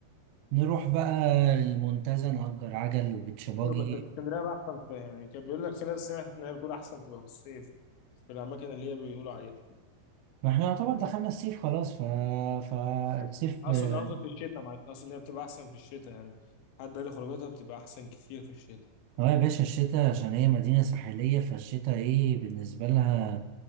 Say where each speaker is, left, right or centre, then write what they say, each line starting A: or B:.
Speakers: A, on the right; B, on the left.
A: نروح بقى المنتزه نأجر عجل وبتشباجي
B: حلو بس اسكندرية بقى أحسن شوية. يعني كان بيقول لك في ناس سمعت إن هي بتقول أحسن تبقى في الصيف في الأماكن اللي هي بيقولوا عليها
A: ما احنا يعتبر دخلنا الصيف خلاص ف... فالصيف
B: أقصد
A: اه
B: أقصد في الشتاء معلش أقصد إن هي بتبقى أحسن في الشتاء يعني حد قال لي خروجاتها بتبقى أحسن كتير في الشتاء
A: آه يا باشا الشتاء عشان هي مدينة ساحلية فالشتاء ايه بالنسبة لها